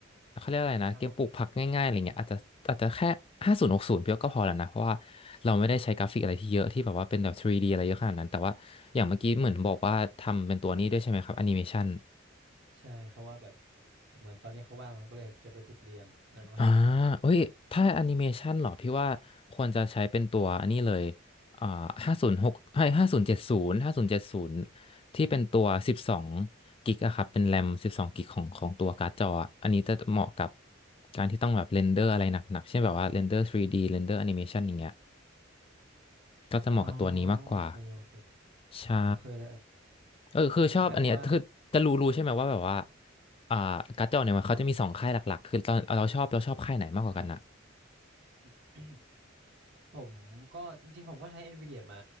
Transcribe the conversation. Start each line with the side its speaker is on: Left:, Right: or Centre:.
Left: เขาเรียกอะไรนะเกมปลูกผักง่ายๆอะไรเงี้ยอาจจะอาจจะแค่ห้าศูนย์หกศูนย์เพียวก็พอแล้วนะเพราะว่า
Right: มครับผม
Left: เราไม่ได้ใช้กราฟิกอะไรที่เยอะที่แบบว่าเป็นแบบ 3D อะไรเยอะขนาดนั้นแต่ว่าอย่างเมื่อกี้เหมือนบอกว่าทำเป็นตัวนี้ด้วยใช่ไหมครับแอนิเมชัน
Right: ใช่เขาว่าแบบเหมือนตอนนี้เขาว่างมันก็เลยอยากจะไปฝึกเรียนอะไรประมาณนี้
Left: อ่าเอ้ยถ้าแอนิเมชันเหรอพี่ว่าควรจะใช้เป็นตัวอันนี้เลยอ่าห้าศูนย์หกให้ห้าศูนย์เจ็ดศูนย์ห้าศูนย์เจ็ดศูนย์ที่เป็นตัวสิบสองกิกอะครับเป็นแรมสิบสองกิกของของตัวการ์ดจออะอันนี้จะเหมาะกับการที่ต้องแบบเรนเดอร์อะไรหนักๆเช่นแบบว่าเรนเดอร์ 3D เรนเดอร์แอนิเมชันอย่างเงี้ยก็จะเหมาะกับตัวนี้มากกว่า
Right: อ๋อโอเคโอเค
Left: ใช่
Right: โอเคเลยเออ
Left: เออคือชอบอันเนี้ยคือจะรู้รู้ใช่ไหมว่าแบบว่า
Right: คือแบบว่า
Left: อ่าการ์ดจอเนี่ยมันเขาจะมีสองค่ายหลักๆคือตอนเราชอบเราชอบค่ายไหนมากกว่ากันอะ
Right: <coughs> ผมก็จริงๆผมก็ใช้ NVIDIA มา